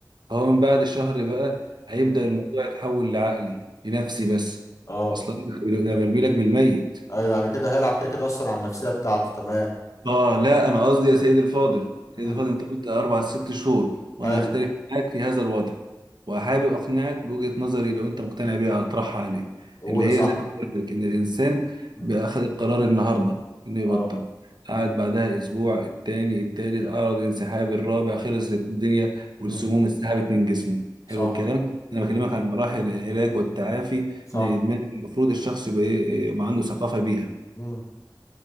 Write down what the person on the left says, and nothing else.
امم
اه
ايوه يعني كده هيلعب كده كده اصلا على النفسيه بتاعته تمام
امم
حلو
اولى
صح
امم
امم
اه
امم
امم
صح
امم
صح
امم